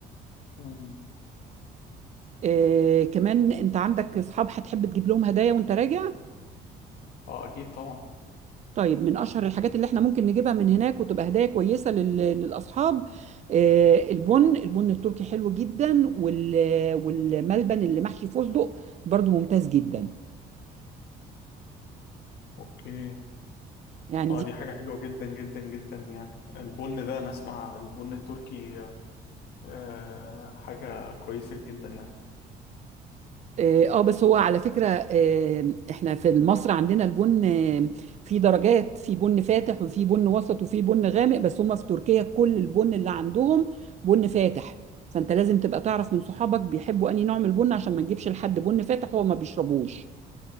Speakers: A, on the left (about 70°); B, on the right (about 40°).
A: مم.
B: آه كمان انت عندك اصحاب هتحب تجيب لهم هدايا وانت راجع
A: اه أكيد طبعا
B: طيب من اشهر الحاجات اللي احنا ممكن نجيبها من هناك وتبقى هدايا كويسه لل- للاصحاب آه البن البن التركي حلو جدا وال والملبن اللي محشي فستق برضو ممتاز جدا
A: اوكي
B: يعني
A: اه دي حاجة حلوة جدا جدا جدا يعني البن ده نسمع البن التركي آه حاجة كويسة جدا يعني
B: اه آه، بس هو على فكرة آه، احنا في مصر عندنا البن آه، في درجات في بن فاتح وفي بن وسط وفي بن غامق بس هم في تركيا كل البن اللي عندهم بن فاتح فانت لازم تبقى تعرف من صحابك بيحبوا انهي نوع من البن عشان ما نجيبش لحد بن فاتح هو ما بيشربوش